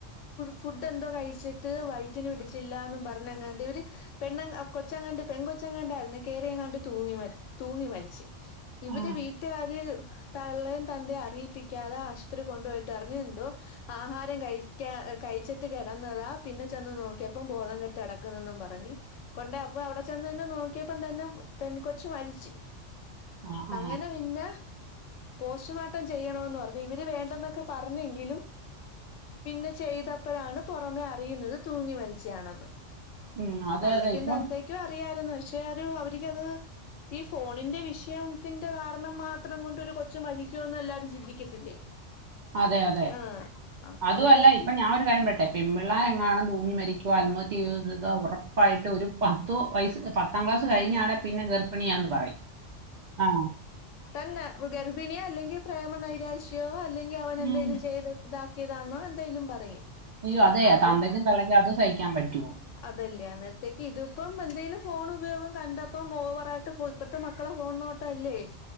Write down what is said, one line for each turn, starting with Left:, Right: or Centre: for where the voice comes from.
Left: ഫുഡ് എന്തോ കഴിച്ചി ട്ട് വൈറ്റിന് പിടിച്ചില്ല എന്നും പറഞ്ഞങ്ങാണ്ട് ഇവര് പെണ്ണ് കൊച്ചങ്ങാണ്ട് പെൺ കൊച്ചങ്ങാണ്ടായിരുന്നു കെറിയങ്ങാണ്ട് തൂങ്ങി മരി തൂങ്ങി മരിച്ച് ഇവര്
Right: ആ
Left: വീട്ടുകാര് തള്ളയും തന്തേയും അറിയിപ്പിക്കാതെ ആശുപത്രി കൊണ്ടുപോയിട്ട് അറിഞ്ഞ് ന്തോ ആഹാരം കഴിക്കാ കഴിച്ചിട്ട് കിടന്നതാ പിന്നെ ചെന്ന് നോക്കിയപ്പം ബോധം കെട്ട് അടക്കുന്നൊന്നും പറഞ്ഞ് കൊണ്ടേ അപ്പൊ അവിടെ ചെന്ന് തന്നെ നോക്കിയപ്പം തന്നെ പെൻ കൊച്ചു മരിച്ചു
Right: ആ ആ
Left: അങ്ങനെ പിന്നെ പോസ്റ്റ്മോർട്ടം ചെയ്യണോന്ന് പറഞ്ഞ് ഇവര് വേണ്ടെന്നൊക്കെ പറഞ്ഞെങ്കിലും പിന്നെ ചെയ്തപ്പോഴാണ് പുറമെ അറിയുന്നത് തൂങ്ങി മരിച്ചയാണെന്ന്
Right: ഉം അതെ
Left: തള്ളെക്കും
Right: അതെ ഇപ്പം
Left: തന്തക്കും ക്കും അറിയായിരുന്നു പക്ഷെ അത് അവർക്ക് അത് ഈ ഫോണിന്റെ വിഷയത്തിന്റെ കാരണം മാത്രം കൊണ്ട് ഒരു കൊച്ചു മരിക്കോന്ന് എല്ലാരും ചിന്തിക്കത്തില്ലേ
Right: അതെ അതെ
Left: ആഹ് അന്നേരത്തേക്ക്
Right: അതു അല്ല ഇപ്പൊ ഞാനരു കാര്യം പറട്ടെ പെമ്പിള്ളാരെങ്ങാണും തൂങ്ങി മരിക്കുവ അത്മഹത്യ ചെയ ഉറപ്പായിട്ട് ഒരു പത്തുവയസ്സ് പത്ത് പത്താം ക്ലാസ് കഴിഞ്ഞാണെ പിന്നെ ഗർഭിണിയന്ന് പറയും ആഹ്
Left: തന്നെ ഗർഭിണിയോ അല്ലെങ്കിൽ പ്രേമനൈരാശ്യയോ അല്ലെങ്കിൽ അവൻ എന്തേങ്കലും
Right: ഉം
Left: ചെയ്ത് ഇതാക്കിയതാണോ എന്തെങ്കിലും പറയും
Right: അയ്യോ അതെ
Left: അതും
Right: തന്തയ്ക്കും തള്ളയ്ക്കും അത് സഹിക്കാൻ പറ്റുവോ
Left: അതല്ലേ അന്നേരത്തേക്ക് ഇതിപ്പം എന്തേലും ഫോൺ ഉപയോഗം കണ്ടപ്പം ഓവറായിട്ട് ഇപ്പഴത്തെ മക്കളെ ഫോൺ നോ തല്ലേ